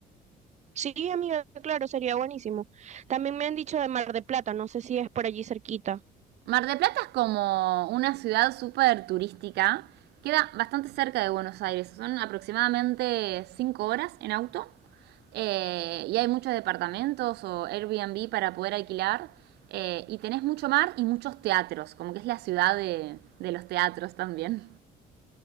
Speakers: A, on the right; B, on the right.
A: Sí, amiga, claro, sería buenísimo. También me han dicho de Mar de Plata, no sé si es por allí cerquita.
B: Mar del Plata es como una ciudad súper turística. Queda bastante cerca de Buenos Aires. Son aproximadamente 5 horas en auto. Eh, y hay muchos departamentos o Airbnb para poder alquilar. eh, y tenés mucho mar y muchos teatros, como que es la ciudad de, de los teatros también.